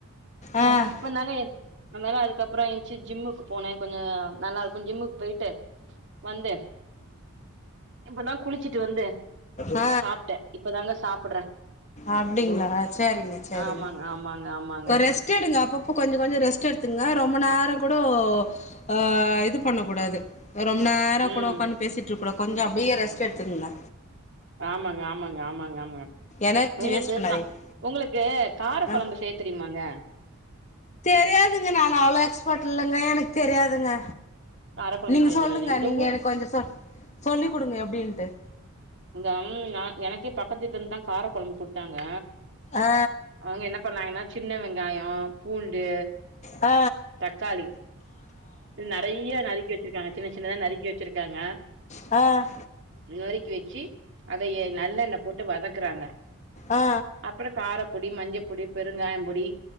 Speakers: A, on the left (about 30°); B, on the right (about 55°).
A: ஆ ம்
B: இப்பந்தாங்க அதனால அதுக்கப் புறோ எந்திச்சு ஜிம்முக்கு போனே கொஞ்சோ நல்லா இருக்கு ஜிம்முக்கு போயிட்டு வந்தே இப்பதா குளிச்சுட்டு வந்து
A: ஆ
B: சாப்புட்டே இப்பதாங்க சாப்பிடறே
A: அப்டிங்களா செரிங்க செரிங்க
B: ஆமாங்க ஆமாங்க ஆமாங்க
A: ஒரே ரெஸ்ட்ட் எடுங்க அப்பப்போ கொஞ்சோ கொஞ்சோ ரெஸ்ட் எடுத்துங்க ரொம்ப நேரோ கூட ஆ இது பண்ணக் கூடாது ரொம்ப நேரங்கூட
B: ம்
A: ஒக்கான் பேசிட்டுருக்கூடா கொஞ்ச அப்பிடியே ரெஸ்ட்டெடுத்துக்குங்க
B: ஆமாங்க ஆமாங்க ஆமாங்க ஆமாங்க
A: எனர்ஜி
B: ஒங்குளுக்கு
A: வேஸ்ட் பண்ணாதீங்க
B: கா ஒங்குளுக்கு கார கொழம்பு
A: ஆ
B: செய்யத் தெரியுமாங்க
A: தெரியாதுங்க நானு அவ்ள எக்ஸ்பட்டில்லங்க எனக்த் தெரியாதுங்க
B: கார கொழம்பு
A: நீங்க
B: செய்ய
A: சொல்லுங்க
B: தெரியாது இந்த
A: நீங்க
B: ஊர்
A: எனக்கு கொஞ்ச சொ சொல்லிக் குடுங்க எப்பிடின்ட்டு
B: இந்த அம் நா எனக்கே பக்கத்து வீட்லேந்து தா கார கொழம்பு குடுத் தாங்க
A: ஆ
B: அவுங்க என்ன பண்ணாங்கன்னா சின்ன வெங்காயோ பூண்டு
A: அ
B: தக்காளி நெறைய நறுக்கி வச்சிருக்காங்க சின்ன சின்னதா நறுக்கி வச்சிருக்காங்க
A: அ
B: நறுக்கி வெச்சி அத ய நல்லெண்ண போட்டு வதக்குறாங்க
A: ஆ
B: அப்பற காரப்பொடி மஞ்சப்பொடி பெருங்காயம் பொ டி